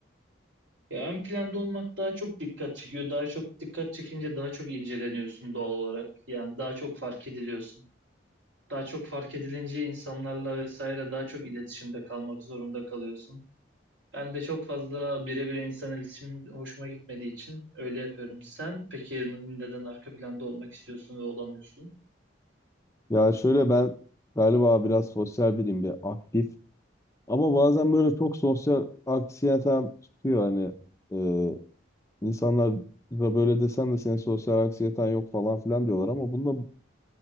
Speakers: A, on the right; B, on the left.
A: Ya ön planda olmak daha çok dikkat çekiyor. Daha çok dikkat çekince daha çok inceleniyorsun doğal olarak. Yani daha çok fark ediliyorsun. Daha çok fark edilince insanlarla vesaire daha çok iletişimde kalmak zorunda kalıyorsun. Ben de çok fazla birebir insan iletişim hoşuma gitmediği için öyle yapıyorum. Sen peki neden arka planda olmak istiyorsun ve olamıyorsun?
B: Ya şöyle ben galiba biraz sosyal biriyim, bir aktif. Ama bazen böyle çok sosyal anksiyetem tutuyor hani. E, insanlar da böyle desen de senin sosyal anksiyeten yok falan filan diyorlar ama bunda